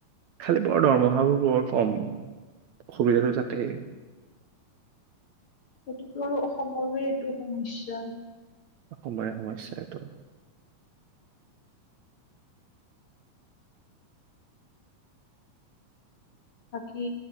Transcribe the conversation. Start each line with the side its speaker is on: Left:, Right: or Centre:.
Right: খালী বৰ দৰমহাবোৰ বৰ কম। অসুবিধাটো তাতেই।
Left: সেইটোতো আৰু অসমৰে এইটো সমস্যা।
Right: অসমৰে সমস্যা এইটো
Left: বাকী